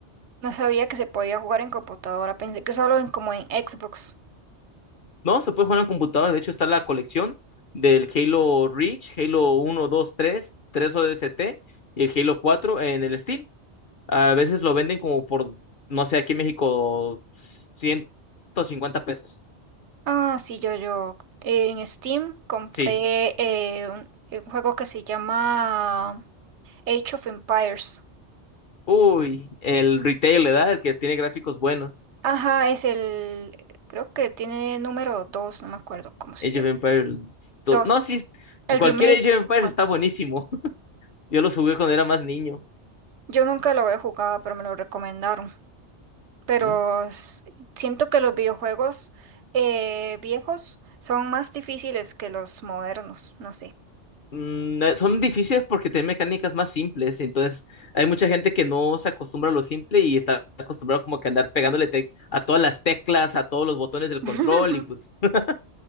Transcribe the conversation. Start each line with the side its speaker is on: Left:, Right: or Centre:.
Right: No sabía que se podía jugar en computadora, pensé que solo en como en Xbox.
Left: No, se puede jugar en la computadora. De hecho, está la colección del Halo Reach, Halo uno dos tres tres o d s t y el Halo 4 en el Steam. A veces lo venden como por, no sé, aquí en México, ciento cincuenta pesos.
Right: Ah, sí, yo, yo. En Steam compré
Left: Sí.
Right: eh, un, eh, un juego que se llama Age of Empires.
Left: Uy, el retail, ¿verdad? El que tiene gráficos buenos.
Right: Ajá, es el, creo que tiene número 2, no me acuerdo cómo se
Left: Age
Right: llama.
Left: of Empires 2.
Right: 2,
Left: No, sí,
Right: el
Left: cualquier
Right: remake.
Left: Age of Empires
Right: Ajá.
Left: está buenísimo. <laughs> Yo lo jugué cuando era más niño.
Right: Yo nunca lo había jugado, pero me lo recomendaron. Pero
Left: ¿Mm?
Right: s- siento que los videojuegos eh, viejos son más difíciles que los modernos, no sé.
Left: Mm, eh, son difíciles porque tienen mecánicas más simples, entonces hay mucha gente que no se acostumbra a lo simple y está acostumbrado como que a andar pegándole tec- a todas las teclas, a todos los botones del
Right: <laughs>
Left: control y pues <laughs>